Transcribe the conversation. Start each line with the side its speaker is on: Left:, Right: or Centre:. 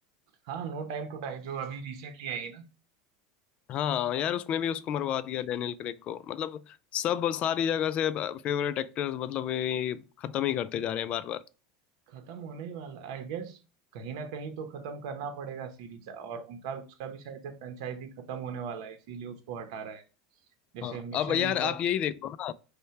Right: हाँ नो टाइम टू डाई जो अभी रिसेंटली आई है ना
Left: हाँ यार उसमें भी उसको मरवा दिया डेनियल क्रेग को मतलब सब सारी जगह से फेवरेट एक्टर्स मतलब ये खत्म ही करते जा रहे हैं बार बार
Right: खत्म होने ही वाला आई गेस कहीं ना कहीं तो खत्म करना पड़ेगा सीरीज और उनका उसका भी शायद से फ्रेंचाइजी खत्म होने वाला है इसीलिए उसको हटा रहा है जैसे
Left: हाँ
Right: मिशन
Left: अब यार
Right: इम्पॉस
Left: आप यही देखो ना